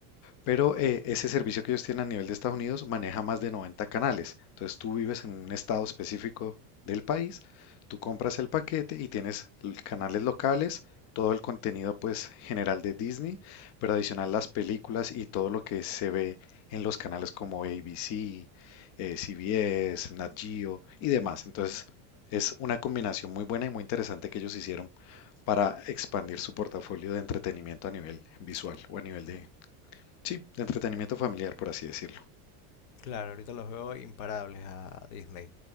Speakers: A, on the left; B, on the left.
A: Pero eh, ese servicio que ellos tienen a nivel de Estados Unidos maneja más de 90 canales. Entonces tú vives en un estado específico del país, tú compras el paquete y tienes l- canales locales, todo el contenido pues general de Disney, pero adicional las películas y todo lo que se ve en los canales como ABC, eh, CBS, Nat Geo y demás. Entonces es una combinación muy buena y muy interesante que ellos hicieron para expandir su portafolio de entretenimiento a nivel visual o a nivel de Sí, de entretenimiento familiar, por así decirlo.
B: Claro, ahorita los veo imparables a Disney.